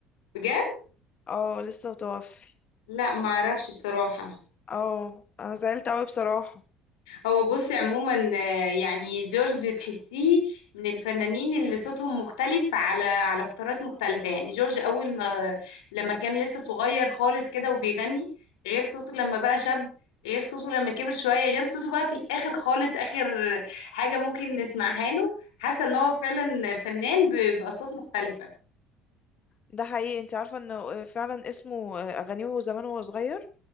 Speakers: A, on the left; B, on the left.
A: بجد
B: اه لسه متوفي
A: لا ما اعرفش بصراحة
B: اه انا زعلت قوي بصراحة
A: هو بصي عموما آه، يعني جورج تحسيه من الفنانين اللي صوتهم مختلف على على فترات مختلفة يعني جورج اول ما لما كان لسه صغير خالص كده وبيغني غير صوته لما بقى شاب غير صوته لما كبر شوية غير صوته بقى في الاخر خالص اخر حاجة ممكن نسمعها له حاسة ان هو فعلا فنان ب- باصوات مختلفة
B: ده حقيقي انت عارفة انه فعلا اسمه آه، اغانيه وهو زمان وهو صغير